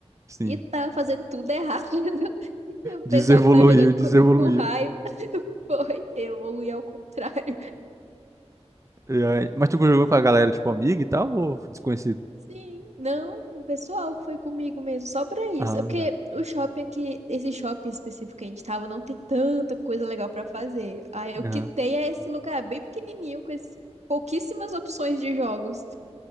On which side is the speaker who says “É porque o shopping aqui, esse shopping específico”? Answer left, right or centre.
Right